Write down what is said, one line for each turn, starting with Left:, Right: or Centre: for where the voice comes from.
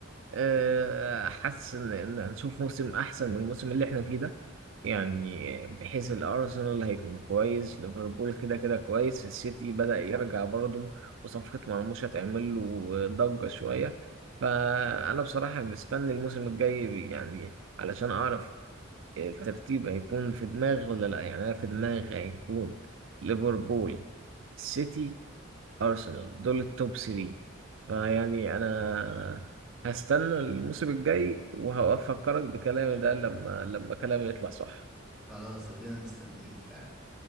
Right: آه، حاسس ان إن هنشوف موسم احسن من الموسم اللي احنا فيه ده يعني بحيث الارسنال هيكون كويس ليفربول كده كده كويس السيتي بدأ يرجع برضه وصفقة مرموش هتعمل له ضجة شوية فانا بصراحة مستني الموسم الجاي بي- يعني علشان اعرف الترتيب هيكون في دماغي ولا لا يعني انا في دماغي هيكون ليفربول سيتي أرسنال دول التوب 3 فيعني أنا هستنى الموسم الجاي وهفكرك بكلامي ده لما لما كلامي يطلع صح
Centre: خلاص ادينا مستنيين فعلا